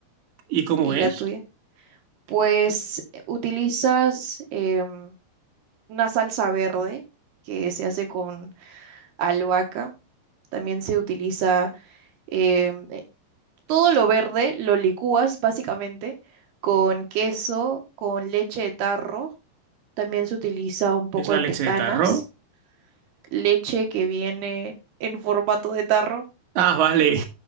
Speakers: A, on the right; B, on the right.
A: ¿Y cómo
B: ¿Y
A: es?
B: la tuya? Pues eh, utilizas em, una salsa verde que se hace con albahaca. También se utiliza em, eh, todo lo verde, lo licúas básicamente con queso, con leche de tarro. También se utiliza un poco
A: ¿Es la
B: de
A: leche
B: pecanas
A: de tarro?
B: leche que viene en formato de tarro.
A: Ah, vale.